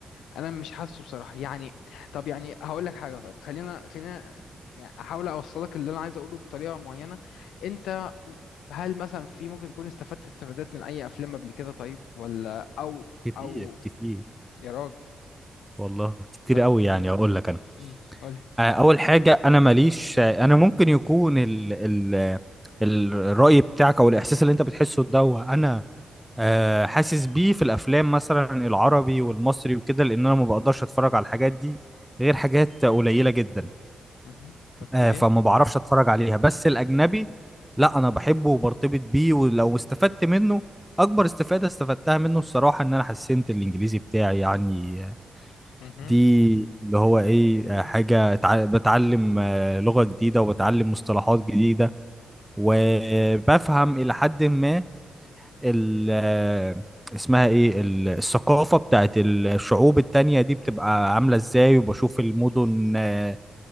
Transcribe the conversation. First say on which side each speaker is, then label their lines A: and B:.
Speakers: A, on the left; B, in the centre.
A: انا مش حاسه بصراحه يعني طب يعني هقول لك حاجه طيب خلينا خلينا يعني احاول اوصلك اللي انا عايز اقوله بطريقه معينه انت م- هل مثلا في ممكن تكون استفدت استفادات من اي افلام قبل كده طيب ولا او
B: كتير
A: او
B: كتير
A: يا راجل
B: والله كتير
A: طب
B: قوي يعني اقول لك انا
A: امم قولي
B: آه، اول حاجه انا ماليش آه، انا ممكن يكون ال ال الراي بتاعك او الاحساس اللي انت بتحسه ده وانا آه، حاسس بيه في الافلام مثلا العربي والمصري وكده لان انا ما بقدرش اتفرج على الحاجات دي غير حاجات قليله جدا
A: مهم. اوكي
B: آه، فما بعرفش اتفرج عليها بس الاجنبي لا انا بحبه وبرتبط بيه ولو استفدت منه اكبر استفاده استفدتها منه الصراحه ان انا حسنت الانجليزي بتاعي يعني
A: مهم.
B: دي اللي هو ايه آه، حاجة اتع- بتعلم آه، لغة جديدة وبتعلم مصطلحات جديدة وبفهم إلى حد ما ال آه، اسمها ايه ال- الثقافة بتاعت الشعوب التانية دي بتبقى عاملة ازاي وبشوف المدن آه،